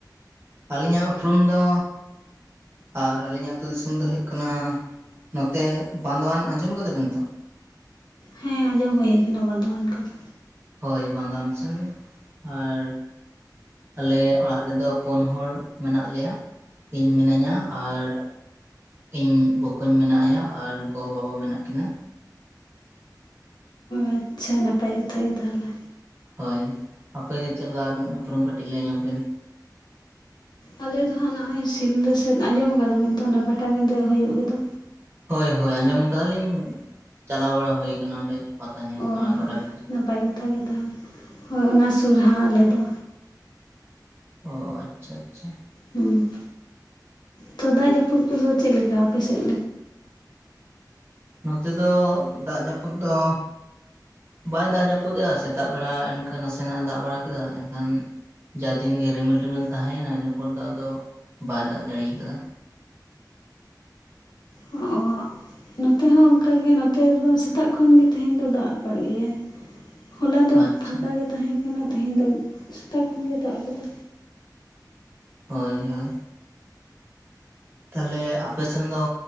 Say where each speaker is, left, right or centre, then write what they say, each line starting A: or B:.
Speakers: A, on the right (about 35°); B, on the left (about 75°).
A: ᱟᱹᱞᱤᱧᱟᱜ ᱩᱯᱨᱩᱢ ᱫᱚ ᱟᱨ ᱟᱹᱞᱤᱧ ᱟᱛᱳ ᱫᱤᱥᱚᱢ ᱫᱚ ᱦᱩᱭᱩᱜ ᱠᱟᱱᱟ ᱱᱚᱛᱮ ᱵᱟᱸᱫᱽᱣᱟᱱ ᱟᱸᱡᱚᱢ ᱟᱠᱟᱫᱟ ᱵᱮᱱ ᱛᱚ
B: ᱦᱮᱸ ᱟᱸᱡᱚᱢ ᱦᱩᱭ ᱟᱠᱟᱱᱟ ᱵᱟᱱᱫᱷᱚᱣᱟᱱ ᱠᱚᱫᱚ
A: ᱦᱳᱭ ᱵᱟᱸᱫᱽᱣᱟᱱ ᱥᱮᱱ ᱟᱨ ᱟᱞᱮ ᱚᱲᱟᱜ ᱨᱮᱫᱚ ᱯᱩᱱ ᱦᱚᱲ ᱢᱮᱱᱟᱜ ᱞᱮᱭᱟ ᱤᱧ ᱢᱤᱱᱟᱹᱧᱟ ᱟᱨ ᱤᱧ ᱵᱚᱠᱚᱧ ᱢᱮᱱᱟᱭᱟ ᱟᱨ ᱜᱚ ᱵᱟᱵᱟ ᱢᱮᱱᱟᱜ ᱠᱤᱱᱟ
B: ᱟᱪᱷᱟ ᱱᱟᱯᱟᱭ ᱠᱟᱛᱷᱟ ᱜᱮ ᱛᱟᱦᱮᱞᱮ
A: ᱦᱳᱭ ᱟᱯᱮᱜᱮ ᱪᱮᱫ ᱞᱮᱠᱟ ᱟᱵᱤᱱ ᱩᱯᱨᱩᱢ ᱠᱟᱹᱴᱤᱡ ᱞᱟᱹᱭ ᱧᱚᱜᱵᱤᱱ
B: ᱟᱞᱮ ᱫᱚ ᱦᱟᱸᱜ ᱱᱚᱜᱼᱚᱭ ᱥᱤᱞᱫᱟᱹ ᱥᱮᱫ ᱟᱸᱡᱚᱢ ᱟᱠᱟᱫᱟᱵᱤᱱ ᱛᱚ ᱚᱱᱟ ᱯᱟᱴᱟᱵᱤᱸᱫᱟᱹ ᱦᱩᱭᱩᱜ ᱜᱮᱫᱚ
A: ᱦᱳᱭ ᱦᱳᱭ ᱟᱸᱡᱚᱢ ᱟᱠᱟᱫᱟᱞᱤᱧ ᱪᱟᱞᱟᱣ ᱵᱟᱲᱟ ᱦᱳᱭ ᱟᱠᱟᱱᱟ ᱚᱸᱰᱮ ᱯᱟᱛᱟ ᱧᱮᱞ
B: ᱚ
A: ᱚᱱᱟ
B: ᱦᱮᱸ
A: ᱯᱟᱴᱟ ᱵᱤ
B: ᱱᱟᱯᱟᱭ ᱠᱟᱛᱷᱟᱜᱮ ᱛᱟᱦᱞᱮ ᱦᱳᱭ ᱚᱱᱟ ᱥᱩᱨ ᱦᱟᱸᱜ ᱟᱞᱮᱫᱚ
A: ᱚᱻ ᱟᱪᱪᱷᱟ ᱟᱪᱪᱷᱟ
B: ᱦᱮᱸ ᱛᱚ ᱫᱟᱜ ᱡᱟᱹᱯᱩᱫ ᱠᱚᱫᱚ ᱪᱮᱫ ᱞᱮᱠᱟ ᱟᱯᱮᱥᱮᱫ
A: ᱱᱚᱛᱮ ᱫᱚ ᱫᱟᱜ ᱡᱟᱹᱯᱩᱫ ᱫᱚ ᱵᱟᱭ ᱫᱟᱜ ᱡᱟᱹᱯᱩᱫᱼᱮᱫᱟ ᱥᱮᱛᱟᱜ ᱵᱮᱲᱟ ᱮᱱᱠᱟ ᱱᱟᱥᱮᱱᱟᱜᱼ ᱮ ᱫᱟᱜ ᱵᱟᱲᱟ ᱠᱮᱫᱟ ᱮᱱᱠᱷᱟᱱ ᱡᱟ ᱫᱤᱱ ᱜᱮ ᱨᱤᱢᱤᱞ ᱨᱤᱢᱤᱞ ᱛᱟᱦᱮᱸᱭᱮᱱᱟ ᱤᱱᱟᱹ ᱯᱚᱨ ᱫᱚ ᱟᱫᱚ ᱵᱟᱭ ᱫᱟᱜ ᱡᱟᱲᱤ ᱟᱠᱟᱫᱟ
B: ᱚ ᱱᱚᱛᱮ ᱦᱚᱸ ᱚᱱᱠᱟ ᱜᱮ ᱱᱚᱛᱮ ᱫᱚ ᱥᱮᱛᱟᱜ ᱠᱷᱚᱱ ᱜᱮ ᱛᱮᱦᱮᱧ ᱫᱚ ᱫᱟᱜ ᱟᱠᱟᱫ ᱜᱮᱭᱟᱭ ᱦᱚᱞᱟ ᱫᱚ
A: ᱟᱪᱪᱷᱟ
B: ᱯᱷᱟᱸᱠᱟ ᱜᱮ ᱛᱟᱦᱮᱸ ᱠᱟᱱᱟ ᱛᱮᱦᱮᱧ ᱫᱚ ᱥᱮᱛᱟᱜ ᱠᱷᱚᱱ ᱜᱮ ᱫᱟᱜ ᱟᱠᱟᱫᱟ
A: ᱦᱳᱭ ᱦᱳᱭ ᱛᱟᱦᱮᱞᱮ ᱟᱯᱮᱥᱮᱱ ᱫᱚ